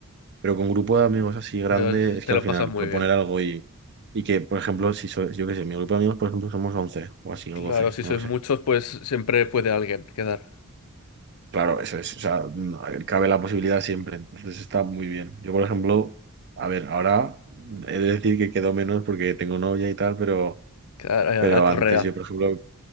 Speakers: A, on the right; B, on the left.
A: Pero con grupo de amigos así grande,
B: Pero es-
A: es
B: te
A: que
B: lo
A: al final
B: pasas muy
A: proponer
B: bien.
A: algo y, y que, por ejemplo, si soy, yo qué sé, mi grupo de amigos, por ejemplo, somos 11 o así, o
B: Claro,
A: 12
B: si
A: no
B: sois
A: lo sé.
B: muchos, pues siempre puede alguien quedar,
A: Claro, eso es, o sea, no, cabe la posibilidad siempre, entonces está muy bien. Yo, por ejemplo, a ver, ahora he de decir que quedo menos porque tengo novia y tal, pero,
B: quedar a,
A: pero
B: a correa.
A: antes yo, por ejemplo,